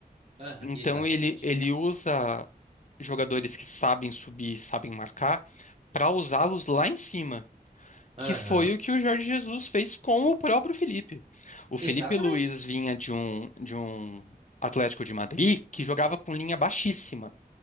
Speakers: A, on the right; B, on the left.
A: Aham,
B: Então
A: exatamente.
B: ele, ele usa jogadores que sabem subir, sabem marcar, para usá-los lá em cima,
A: Aham,
B: que foi o que o Jorge Jesus fez com o próprio Felipe. O
A: exatamente.
B: Felipe Luiz vinha de um, de um Atlético de Madrid que jogava com linha baixíssima,